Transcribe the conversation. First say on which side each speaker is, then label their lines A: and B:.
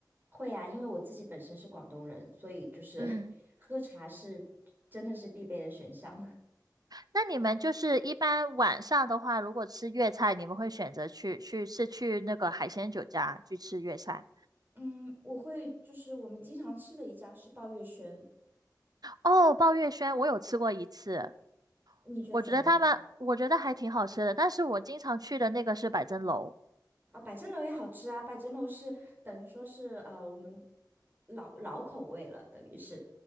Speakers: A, on the right (about 25°); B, on the right (about 60°).
A: 会啊，因为我自己本身是广东人，所以就是
B: 嗯。
A: <laughs> 喝茶是真的是必备的选项。
B: 那你们就是一般晚上的话，如果吃粤菜，你们会选择去去是去那个海鲜酒家去吃粤菜？
A: 嗯，我会就是我们经常吃的一家是抱月轩，
B: 哦，鲍月轩我有吃过一次，
A: 你觉得怎么样？
B: 我觉得他们我觉得还挺好吃的，但是我经常去的那个是百珍楼。
A: 啊，百珍楼也好吃啊，百珍楼是等于说是呃我们老老口味了，等于是